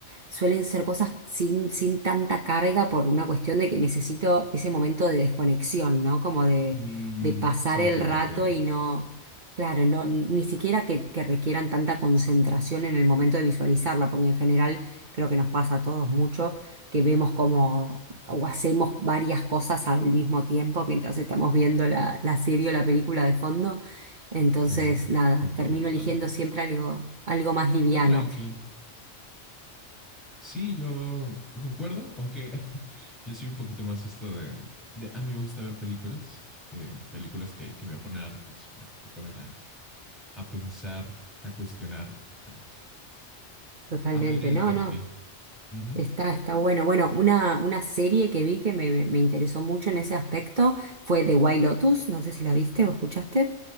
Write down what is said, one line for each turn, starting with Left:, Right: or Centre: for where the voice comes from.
Right: suelen ser cosas sin, sin tanta carga por una cuestión de que necesito ese momento de desconexión, ¿no? Como de
Centre: Mm,
Right: de pasar
Centre: sí,
Right: el
Centre: sí,
Right: rato
Centre: te entiendo.
Right: y no, claro, no, ni siquiera que, que requieran tanta concentración en el momento de visualizarla, porque en general creo que nos pasa a todos mucho que vemos como o hacemos varias cosas al mismo tiempo mientras estamos viendo la, la serie o la película de fondo. Entonces,
Centre: Sí,
Right: nada,
Centre: concuerdo
Right: termino
Centre: totalmente.
Right: eligiendo siempre algo, algo más liviano.
Centre: Yo tranqui. Sí, yo concuerdo, aunque <laughs> yo soy un poquito más esto de, de- a mí me gusta ver películas, eh, películas que, que me ponen a reflexionar, me ponen a, a pensar, a cuestionar, a,
Right: Totalmente,
Centre: a ver el
Right: no,
Centre: porqué.
Right: no.
Centre: Ujú.
Right: Está, está bueno. Bueno, una, una serie que vi que me, me interesó mucho en ese aspecto fue The White Lotus. No sé si la viste o escuchaste.